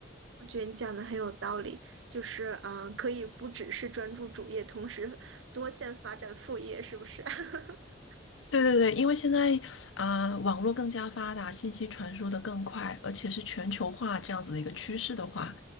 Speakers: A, on the right; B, on the left.
A: 我觉得你讲的很有道理，就是啊、呃可以不只是专注主业，同时多线发展副业，是不是？<laughs>
B: 对对对，因为现在啊、呃网络更加发达，信息传输的更快，而且是全球化这样子的一个趋势的话，